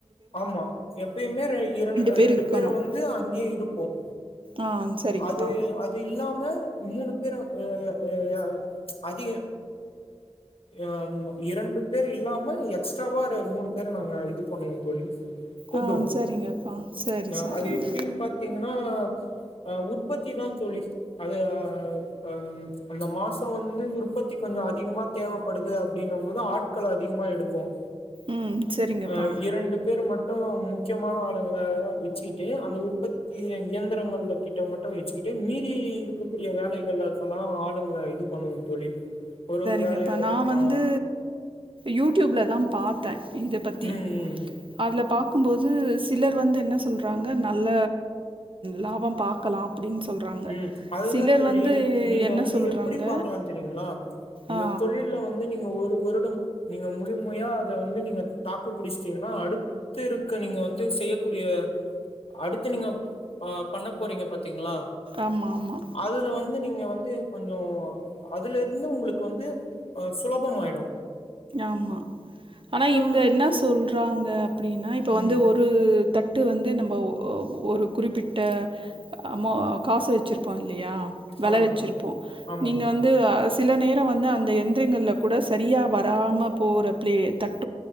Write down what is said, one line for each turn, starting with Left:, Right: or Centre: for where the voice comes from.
Left: ஆமா எப்பயுமே இர
Right: பேர்
Left: ரெண்டு
Right: இருக்கணும்.
Left: பேரு வந்து அங்கேயே இருப்போம்
Right: ஆ சரிங்கப்பா.
Left: அது அது இல்லாம மூணு பேரும் ஹ ஹ ஹ யா அதிக ஆஹ் இரண்டு பேர் இல்லாம எக்ஸ்ட்ராவா மூணு பேரு நாங்க இது பண்ணுவோ தோழி கூப்டுவோம்
Right: ஆ சரிங்கப்பா. சரி
Left: அஹ்
Right: சரிங்க.
Left: அது எப்டின் பாத்தீங்னா அ உற்பத்தி தான் தோழி அது ஹ அந் அந்த மாசம் வந்து உற்பத்தி கொஞ்ச அதிகமா தேவப்படுது அப்டனும் போது ஆட்கள் அதிகமா எடுக்கும்
Right: ம் சரிங்கப்பா.
Left: அ இரண்டு பேர் மட்டும் மு முக்கியமான ஆளுங்க விச்சிட்டு அந்த உற்பத்தி இயந்திரங்கள் கிட்ட மட்டும் வச்சிகிட்டு மீதி இருக்கக்கூடிய வேலைகளா சொல்லா ஆளுங்க இது பண்ணுவ தோழி ஒரு
Right: இங்கப்ப
Left: வேலைய
Right: நா
Left: ஆ
Right: வந்து யூட் டியூப்ல தான் பாத்தேன் இத பத்தி
Left: ம் ம்
Right: அதிலப் பாக்கும்போது ஸ் தில்லர் வந்து என்ன சொல்றாங்க நல்ல லாப பாக்கலாம் அப்டின்னு சொல்றாங்க.
Left: உம் அதுதா
Right: சிலர்
Left: தோழி
Right: வந்து
Left: நீங்க
Right: என்ன
Left: வந்து
Right: சொல்றாங்க
Left: எப்டி பாக்கலா தெரியீங்களா இந்த
Right: ஆ.
Left: தொழில்ல வந்து நீங்க ஒரு வருடம் நீங்க முழுமையா அத வந்து நீங்க தாக்கு பிடிச்சிட்டீங்கன்னா அடுத்து இருக்க நீங்க வந்து செய்யக்கூடிய அடுத்து நீங்க பண்ண போறீங்க பாத்தீங்களா
Right: ஆமா ஆமா.
Left: அதுல வந்து நீங் க வந்து கொஞ்சம் அதுல இருந்து உங்களுக்கு வந்து சுலபம் ஆயிடும்
Right: ஆமா ஆனா இவங்க
Left: வந்து
Right: என்ன சொல்றாங்க அப்படின்னா இப்ப
Left: ம்
Right: வந்து ஒரு தட் டு வந்து நம்ம ஒ ஒரு குறிப்பிட்ட அமோ காசு வச்சுருப்போம் இல்லையா வலை
Left: ஆமாங்க
Right: வச்சிருப்போம்
Left: தோழி ஆமாங்க
Right: நீங்க
Left: தோழி
Right: வந்து சில நேரம் வந்து அந்த எந்திரங்கள்ல கூட சரியாவார் வேகம போற ப்ளே தட்